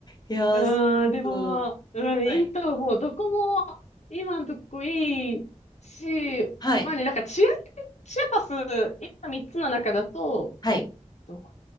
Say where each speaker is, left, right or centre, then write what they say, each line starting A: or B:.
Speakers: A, on the left; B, on the left.
A: いやー、
B: うん、
A: すごく
B: でも、うん、
A: はい。
B: いいと思う。どこも今んとこいいし、
A: はい。
B: まあね、なんかチア、チアパス、今三つの中だと、
A: はい。
B: どこ、